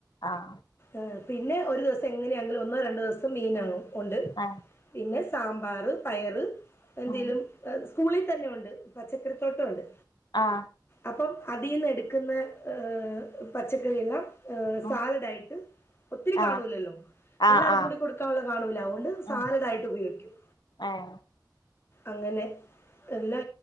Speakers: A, on the left; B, on the left.
A: ആഹ്
B: ആഹ് പിന്നെ ഒരു ദിവസം എങ്ങനെയാണെങ്കിലും ഒന്നോ രണ്ടു ദിവസം മീനൗ ഒണ്ട്
A: ആഹ്
B: പിന്നെ സാമ്പാറ് പയറ് എന്തേലും
A: ഉം
B: സ്കൂളില് തന്നെ ഒണ്ട് പച്ചക്കറിത്തോട്ടം ഒണ്ട്
A: ആഹ്
B: അപ്പം അതീന്ന് എടുക്കുന്ന ഏഹ് പച്ചക്കറി എല്ലാം ഏഹ്
A: ഉം
B: സാലഡായിട്ട് ഒത്തിരി കാണൂല്ലല്ലോ
A: ആഹ് ആഹ്
B: എല്ലാവർക്കും
A: ആഹ്
B: കൂടി കൊടുക്കാവുള്ള കാണൂല്ല അതോണ്ട് സാലഡായിട്ട്
A: ഉം
B: ഉപയോഗിക്കും
A: ഏഹ്
B: അങ്ങനെ എല്ലാ